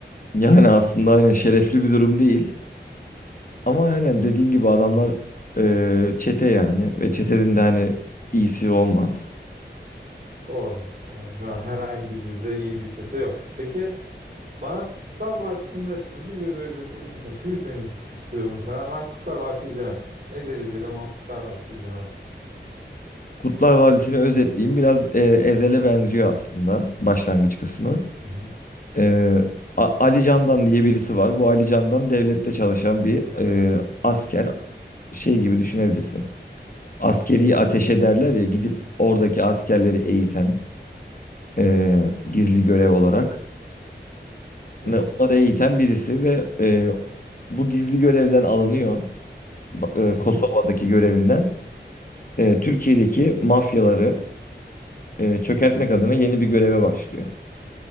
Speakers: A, on the left (about 50°); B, on the right (about 50°).
A: Yani aslında aynen şerefli bir durum değil. Ama aynen dediğin gibi adamlar eee, çete yani ve çetenin de hani iyisi olmaz.
B: Doğru. Yani şu an herhangi bir dilde iyi bir çete yok. Peki bana Kurtlar Vadisi'nde hızlıca bir özetleyebilir misin? Şu yüzden istiyorum bunu sana. Ben Kurtlar Vadisi izlemedim. Ezel izledim ama Kurtlar Vadisi izlemedim.
A: Kurtlar Vadisi'ni özetleyeyim. Biraz eee, Ezel'e benziyor aslında başlangıç kısmı.
B: Hı hı.
A: Eee, A- Ali Candan diye birisi var. Bu Ali Candan devlette çalışan bir eee, asker. Şey gibi düşünebilirsin. Askeri ateş ederler ya gidip oradaki askerleri eğiten eee, gizli görev olarak.
B: Hı
A: Ne- Onları eğiten birisi ve eee, bu gizli görevden alınıyor. ba- e,
B: hı.
A: Kosova'daki
B: Hı.
A: görevinden e, Türkiye'deki mafyaları e, çökertmek adına yeni bir göreve başlıyor.